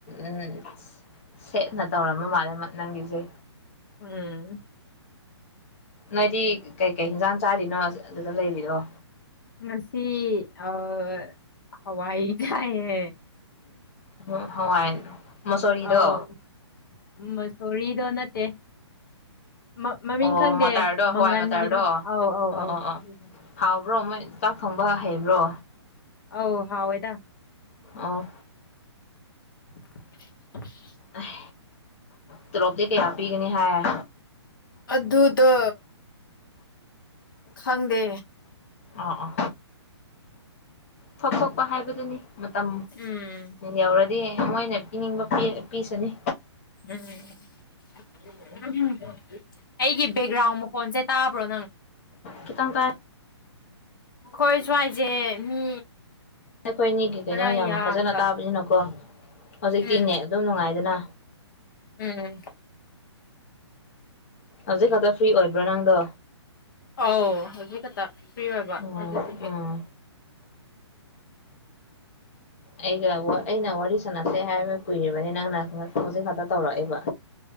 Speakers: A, on the left; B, on the left.
A: ꯎꯝ ꯁꯦꯠꯅ ꯇꯧꯔꯕ ꯃꯥꯜꯂꯦ ꯃ ꯅꯪꯒꯤꯁꯦ
B: ꯎꯝ
A: ꯅꯣꯏꯗꯤ ꯀꯩꯀꯩ ꯍꯤꯟꯖꯥꯡ ꯆꯥꯔꯤꯅꯣ ꯑꯗꯨꯗ ꯂꯩꯔꯤꯗꯣ
B: ꯉꯁꯤ ꯑꯥ ꯍꯋꯥꯏ ꯆꯥꯏꯌꯦ
A: ꯑꯥ ꯍꯋꯥꯏ ꯃꯨꯁꯣꯔꯤꯗꯣ
B: ꯑꯧ ꯃꯁꯣꯔꯤꯗꯣ ꯅꯠꯇꯦ ꯃ- ꯃꯃꯤꯡ
A: ꯑꯣ
B: ꯈꯪꯗꯦ
A: ꯃꯇꯔꯗꯣ
B: ꯃꯪꯒꯟꯒꯤꯗꯣ
A: ꯍꯋꯥꯏ ꯃꯇꯔꯗꯣ ꯑꯣ
B: ꯑꯧ ꯑꯧ ꯑꯧ
A: ꯑꯣ ꯑꯣ
B: ꯑꯗꯨꯗꯣ
A: ꯍꯥꯎꯕ꯭ꯔꯣ ꯃꯣꯏ ꯆꯥꯛ ꯊꯣꯡꯕ ꯍꯩꯕ꯭ꯔꯣ
B: ꯑꯧ ꯍꯥꯎꯑꯦꯗ
A: ꯑꯣ
B: <inaudible>
A: ꯑꯦ ꯇꯣꯂꯣꯞꯇꯤ ꯀꯌꯥ ꯄꯤꯒꯅꯤ ꯍꯥꯏꯑꯦ
B: ꯑꯗꯨꯗ ꯈꯪꯗꯦ
A: ꯑꯥ ꯑꯥ ꯊꯣꯛ ꯊꯣꯛꯄ ꯍꯥꯏꯕꯗꯨꯅꯤ ꯃꯇꯝ
B: ꯎꯝ
A: ꯌꯧꯔꯗꯤ ꯃꯣꯏꯅ ꯄꯤꯅꯤꯡꯕ ꯄꯤ ꯄꯤꯁꯅꯤ
B: ꯎꯝ ꯎꯝ ꯑꯩꯒꯤ ꯕꯦꯛꯒ꯭ꯔꯥꯎꯟ ꯃꯈꯣꯟꯁꯦ ꯇꯥꯕ꯭ꯔꯣ ꯅꯪ
A: ꯈꯤꯇꯪ ꯇꯥꯏ
B: ꯈꯣꯏ ꯁꯨꯋꯥꯏꯁꯦ ꯃꯤ
A: ꯑꯩꯈꯣꯏ ꯑꯅꯤꯒꯤ ꯀꯩꯅꯣ
B: ꯈꯔ
A: ꯌꯥꯝ
B: ꯌꯥꯝꯕ
A: ꯐꯖꯅ ꯇꯥꯕꯅꯤꯅꯀꯣ ꯍꯧꯖꯤꯛꯇꯤ
B: ꯎꯝ
A: ꯅꯦꯠ ꯑꯗꯨꯝ ꯅꯨꯡꯉꯥꯏꯗꯅ
B: ꯎꯝ
A: ꯍꯧꯖꯤꯛ ꯈꯛꯇ ꯐ꯭ꯔꯤ ꯑꯣꯏꯕ꯭ꯔꯣ ꯅꯪꯗꯣ
B: ꯑꯣ ꯍꯧꯖꯤꯛ ꯈꯛꯇ ꯐ꯭ꯔꯤ ꯑꯣꯏꯕ
A: ꯎꯝ
B: ꯑꯗꯨꯗꯨꯒꯤ
A: ꯎꯝ
B: <inaudible>
A: ꯑꯩꯒ ꯑꯩꯅ ꯋꯥꯔꯤ ꯁꯥꯟꯅꯁꯦ ꯍꯥꯏꯕ ꯀꯨꯏꯔꯤꯕꯅꯤ ꯅꯪꯅ ꯍꯧꯖꯤꯛ ꯈꯥꯛꯇ ꯇꯧꯔꯛꯑꯦꯕ